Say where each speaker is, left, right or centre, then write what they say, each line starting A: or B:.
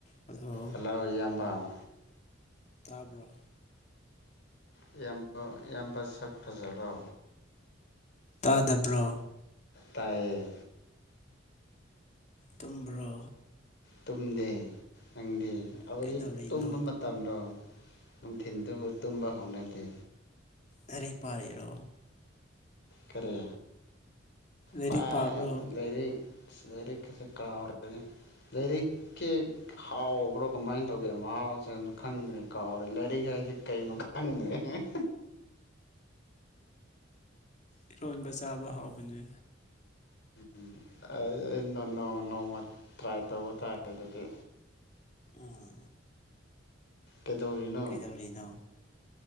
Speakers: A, on the left (about 40°); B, on the left (about 65°).
A: hello
B: hello ꯏꯌꯥꯝꯕ
A: ꯇꯥꯕ꯭ꯔꯣ
B: ꯏꯌꯥꯝꯕ ꯏꯌꯥꯝꯕ ꯁꯛ ꯐꯖꯕꯣ
A: ꯇꯥꯗꯕ꯭ꯔꯣ
B: ꯇꯥꯏꯌꯦ
A: ꯇꯨꯝꯕ꯭ꯔꯣ
B: ꯇꯨꯝꯗꯦ ꯅꯪꯗꯤ ꯍꯧꯖꯤꯛ
A: ꯀꯩꯗꯧꯔꯤꯅꯣ
B: ꯇꯨꯝꯕ ꯃꯇꯝꯂꯣ ꯅꯨꯡꯊꯤꯟꯗꯨꯕꯨ ꯇꯨꯝꯕ ꯍꯧꯅꯗꯦ
A: ꯂꯩꯔꯤꯛ ꯄꯥꯔꯤꯔꯣ
B: ꯀꯔꯤ
A: ꯂꯥꯏꯔꯤꯛ
B: ꯄꯥ
A: ꯄꯥꯕ꯭ꯔꯣ
B: ꯂꯥꯏꯔꯤꯛ ꯑꯁ ꯂꯥꯏꯔꯤꯛ ꯀꯥꯁꯦ ꯀꯥꯎꯔꯦꯗꯥ ꯂꯥꯏꯔꯤꯛꯀꯤ ꯍꯥꯎꯕ꯭ꯔꯣ ꯀꯃꯥꯏꯅ ꯇꯧꯒꯦ ꯃꯍꯥꯎꯁ ꯈꯪꯗ꯭ꯔꯦ ꯀꯥꯎꯔꯦ ꯂꯥꯏꯔꯤꯛ ꯍꯥꯏꯁꯦ ꯀꯩꯅꯣ ꯈꯪꯗ꯭ꯔꯦ
A: ꯏꯔꯣꯟꯕ ꯆꯥꯕ ꯍꯥꯎꯕꯅꯦ
B: ꯎꯝ ꯅꯣꯡꯃ ꯇ꯭ꯔꯥꯏ ꯇꯧꯕ ꯇꯥꯔꯦ ꯑꯗꯨꯗꯤ
A: ꯎꯝ
B: ꯀꯩꯗꯧꯔꯤꯅꯣ
A: ꯀꯩꯗꯧꯔꯤꯅꯣ